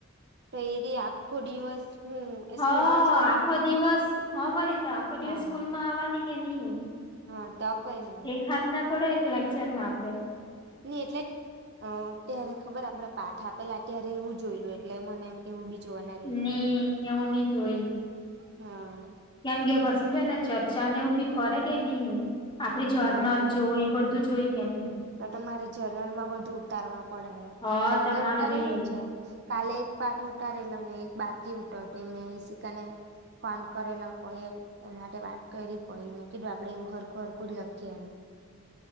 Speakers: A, on the right; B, on the left.
A: તઈ રી આખો દિવસ હું એ
B: હ
A: સ્કૂલમાં જ રહે
B: આખો દિવસ હ બરી તો આખો દિવસ
A: હા
B: સ્કૂલ
A: હા
B: માં આવાની કે ની
A: હા તો કઈની
B: ખાદના થોડો એક લેક્ચર માં આપે.
A: નઈ એટલે અ ત્યારે ખબર આપડે પાઠ આપેલા ત્યારે એવું જોયલું એટલે મને એમ. કેવું બી જોવાને
B: ની એવું નહ જ હોય.
A: હા.
B: એમ કે બસી છે ને ચર્ચા ને એ બી કરે કે નહી આપડી જર્નલ
A: હા
B: જો એ બધું. ધુ જોઈ કે નહી.
A: તો તમારે જનરલ માં બધું ઉતારવા પડે હે
B: હા
A: એમ
B: તમાર
A: તો ઉતારેલું
B: ભાઈ
A: છે. કાલે એક પાઠ ઉઠારેલો ને એક બાકી હતો મેને ઈશિકા ને ફોન કરેલોએ એ માટે વાત કરી પડીને કીધું આપડે એવું હરખું હરખું જ લખીએ એમ.